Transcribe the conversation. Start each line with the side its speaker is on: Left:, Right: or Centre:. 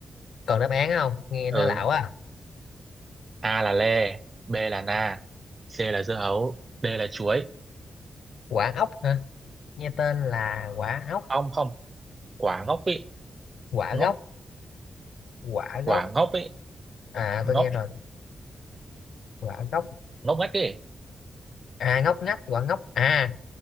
Left: còn đáp án không nghe nó
Right: Ừ,
Left: lão à
Right: A là lê, B là na, C là dưa hấu, D là chuối.
Left: quả ốc hả nghe tên là quả ốc
Right: Không không, quả ngốc ý,
Left: quả
Right: ngốc,
Left: gốc quả
Right: quả
Left: gốc
Right: ngốc ý,
Left: à
Right: ngốc,
Left: tôi nghe rồi quả gốc
Right: ngốc ngách ý.
Left: à ngóc ngách quả ngốc à